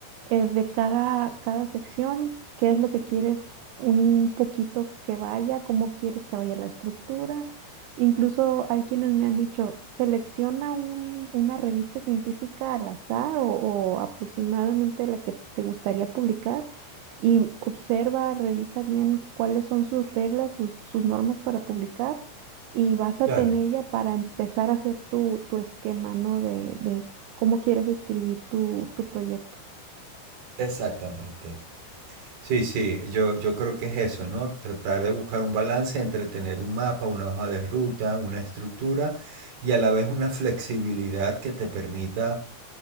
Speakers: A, on the right; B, on the right.
A: eh, de cada, cada sección qué es lo que quieres un poquito que vaya, cómo quieres que vaya la estructura. Incluso hay quienes me han dicho, selecciona un- una revista científica al azar o o aproximadamente la que te gustaría publicar y observa, revisa bien cuáles son sus reglas, sus, sus normas para publicar y básate
B: Claro,
A: en ella para empezar a hacer tu, tu esquema, ¿no? De, de cómo quieres escribir tu, tu proyecto.
B: exactamente. Sí, sí, yo, yo creo que es eso, ¿no? Tratar de buscar un balance entre tener un mapa, una hoja de ruta, una estructura y a la vez una flexibilidad que te permita